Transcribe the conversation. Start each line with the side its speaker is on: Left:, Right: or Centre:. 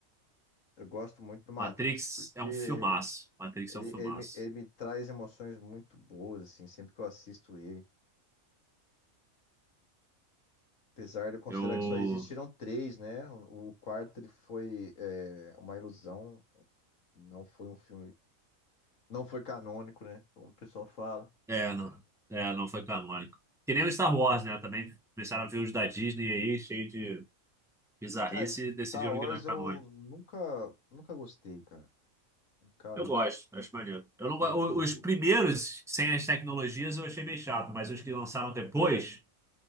Left: Eu gosto muito do Matrix
Centre: Matrix
Left: porque
Centre: é um filmaço. Matrix
Left: ele,
Centre: é um filmaço.
Left: ele me, ele me traz emoções muito boas, assim, sempre que eu assisto ele. Apesar de eu considerar
Centre: Eu.
Left: que só existiram três, né? O o quarto ele foi é, uma ilusão, não foi um filme, não foi canônico, né? Como o pessoal fala.
Centre: É, não. É, não foi canônico. Que nem o Star Wars, né? Também começaram a ver os da Disney aí, cheio de. Bizarrice
Left: Cara, Star
Centre: decidiram
Left: Wars
Centre: que não é
Left: eu
Centre: canônico.
Left: nunca, nunca gostei, cara. Nunca
Centre: Eu gosto, acho maneiro. Eu não,
Left: pegou.
Centre: go- o- os primeiros, sem as tecnologias, eu achei meio chato, mas os que lançaram depois,